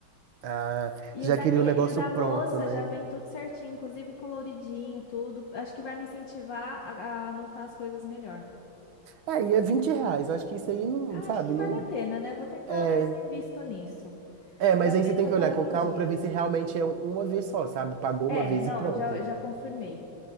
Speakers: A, on the right; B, on the left.
A: Ah,
B: E
A: já
B: o da,
A: queria
B: me-
A: o negócio
B: e o da
A: pronto,
B: moça
A: né?
B: já vem tudo certinho, inclusive coloridinho, tudo. Acho que vai me incentivar a, a anotar as coisas melhor.
A: É, e é vinte reais. Eu acho que isso aí não,
B: Acho
A: sabe,
B: que
A: não.
B: vale a pena, né? Vou tentar
A: É,
B: ver se eu invisto nisso.
A: é, mas
B: Pra
A: aí
B: ver
A: você tem
B: se
A: que
B: eu coloco
A: olhar com
B: em
A: calma
B: dia.
A: pra ver se realmente é uma vez só, sabe? Pagou
B: É,
A: uma vez
B: não,
A: e pronto.
B: já, já confirmei.